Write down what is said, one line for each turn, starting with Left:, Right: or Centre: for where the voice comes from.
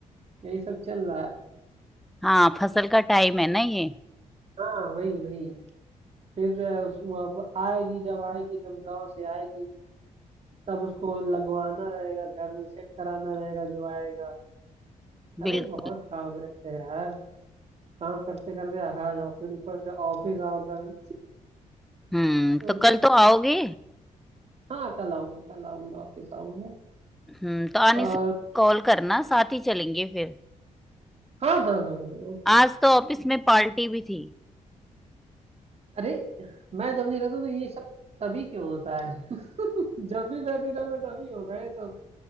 Right: यही सब चल रहा है
Centre: <laughs> हाँ फसल का टाइम है ना ये
Right: हाँ वही वही फिर जो है उस वो आएगी जब आएगी जब गांव से आएगी तब उसको लगवाना रहेगा घर में सेट कराना रहेगा जो आएगा अरे
Centre: बिल्कुल
Right: बहुत काम रहते हैं यार काम करते करते थका जाओ फिर ऊपर से ऑफिस आओ कल
Centre: हम्म
Right: सोचा
Centre: तो कल तो आओगे
Right: हाँ कल आऊंगा कल आऊंगा ऑफिस आऊंगा
Centre: हम्म तो आने
Right: और
Centre: से कॉल करना साथ ही चलेंगे फिर
Right: हाँ हाँ हाँ हाँ, ओके।
Centre: आज तो ऑफिस में पार्टी भी थी
Right: अरे मैं जब नहीं रहता तो ये सब तभी क्यों होता है <laughs> जब भी मैं नहीं रहूंगा तभी होगा ये सब